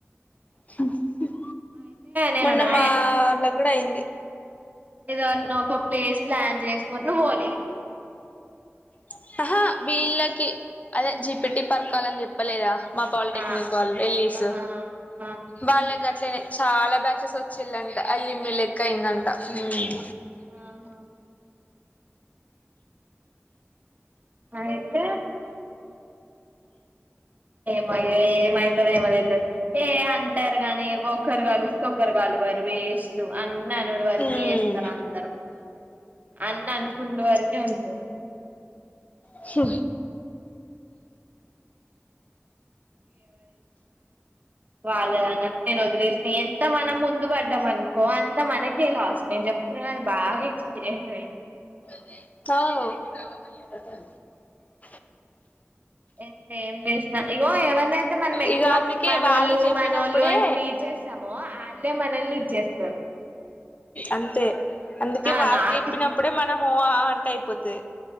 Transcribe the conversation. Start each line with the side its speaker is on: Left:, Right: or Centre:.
Left: హ్మ్ హ్మ్
Right: నేనున్నా
Left: మొన్న మాల కూడా అయింది.
Right: ఇలా నాకు ఒక ప్లేస్ ప్లాన్ చేసుకుని నువ్వు పోలే
Left: ప్చ్ ఆహా వీళ్ళకి అదే జీ పెట్టి పరకాలని చెప్పలేదా. మా పాలిటెక్నిక్,
Right: ఆ
Left: వాళ్ళు వెళ్ళిసు
Right: ఆ ఆ
Left: వాళ్ళక్ గట్లేనే చాలా బ్యాచెస్ వచ్చిళ్ళంట, అల్లిమ్మి లెక్క అయిందంట హ్మ్
Right: ఆహా ఆత మ ఏమయితార మ <unintelligible> ఏ అంటరు కానీ ఒక్కరు కలుసు ర్గాల్వర్ వేస్ట్ అ <unintelligible> నానుడి వరకే
Left: మ్మ్
Right: చేస్తారు అందరు అన్నాన్ ఉన్న వరకే ఉంటది
Left: స
Right: వాళ్ళ అన్నట్టు నేను వదిలేస్తే ఎంత మనం ముందు పడ్డాం అనుకో అంత మనకే లాస్ నేను చెప్ తర్వాత బాగా ఎక్స్పీరియన్స్ అయింది
Left: అ <unintelligible> చ <unintelligible>
Right: ఎంత ఏం జేసిన ఇగో యితే మనం ఎక్కువ
Left: ఇగ అందుకే
Right: మనోళ్ళు
Left: వాళ్ళు చెప్పినప్పుడే
Right: మనోళ్ళు అని ట్రీట్ చేస్తామో వాళ్ళే మనల్ని ఇది చేస్తారు
Left: అంతే అందుకే
Right: ఆ
Left: వాళ్ళు
Right: నాకు
Left: చెప్పినప్పుడే మనము ఆ అంటే అయిపోతది